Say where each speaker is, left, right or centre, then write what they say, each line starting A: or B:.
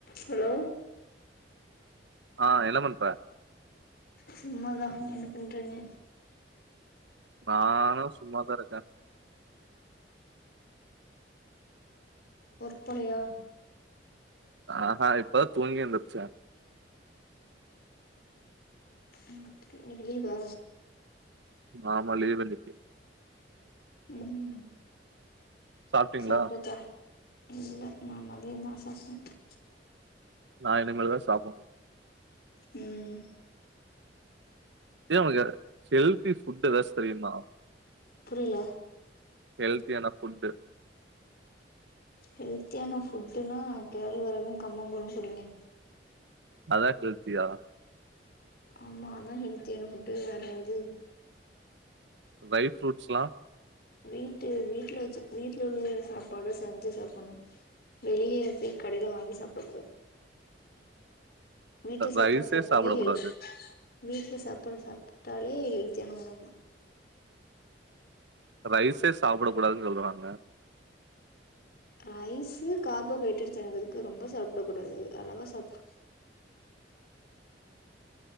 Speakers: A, on the left; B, on the right.
A: Hello
B: ஆ என்ன பண்ற
A: சும்மாதா என்ன பண்ற நீ
B: நானு சும்மாதா இருக்கேன்
A: ஒர்க் போலயா
B: ஆ ஹா இப்பதா தூங்கி எந்திருச்சேன்
A: இன்னைக்கு லீவா
B: ஆமா லீவ் இன்னக்கி
A: ம்
B: சாப்ட்டீங்களா?
A: சாப்டாச்சா இல்ல நா மதியந்தா <unintelligible>
B: நா இனிமேல்தா சாப்னு
A: ம்
B: ஏ உனக்கு செல்பி ஃபுட் ஏதாச்சு தெரியுமா
A: புரியல
B: ஹெல்தியான ஃபுட்டு
A: ஹெல்த்தியான ஃபுட்டுன்னா கேழ் வரகும் கம்மங்கூழ்ளும் குடிங்க
B: அதா கெல்தியா
A: ஆமா அதா ஹெல்த்தியான ஃபுட்டு வேற என்து
B: ட்ரை ஃபுரூட்ஸ்லாம்
A: வீட்டு வீட்ல வச்சு வீட்ல உள்ள சாப்பாடு செஞ்சு சாப்புணு வெளிய போய் கடைல வாங்கி சாப்புடக் கூடாது வீட்டு சாப்பாடு
B: ரைஸே
A: சாப்புட்டாலே
B: சாப்பிடக்கூடாது.
A: கெல்த் வீட்ல சாப்பாடு சாப் பழய்து கெல்தியான உணவுதா
B: ரைஸ்சே சாப்ட கூடாதுன் சொல்றாங்க
A: ரைஸ்சு கார்போஹைட்ரேட் சேந்துருக்கு ரொம்ப சாப்ட கூடாது அளவா சாப்